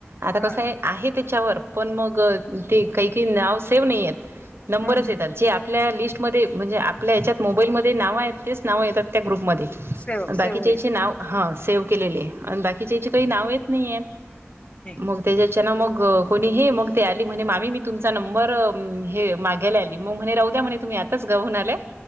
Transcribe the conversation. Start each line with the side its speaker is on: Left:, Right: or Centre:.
Right: आता
Left: हा
Right: कसं आहे आहे त्याच्यावर पण मग ते काही काही नाव सेव्ह नाही आहेत नंबरच
Left: हम्म हम्म
Right: येत जे आपल्या लिस्टमध्ये म्हणजे आपल्या ह्याच्यात मोबाईलमध्ये नावं आहेत तेच नावं येतात त्या ग्रुपमध्ये
Left: सेव
Right: बाकीच्या
Left: सेव होईल
Right: याचे नाव हा सेव्ह केलेले आणि बाकीच्या
Left: हं,
Right: याचे काही नाव येत नाही आहेत
Left: नाही
Right: मग त्याच्याच्यानं मग कोणी हे मग ते आली म्हणे मामी मी तुमचा नंबर हे मागायला आला मग म्हणे राहूद्या म्हणे तुम्ही आताच गाऊून आलाय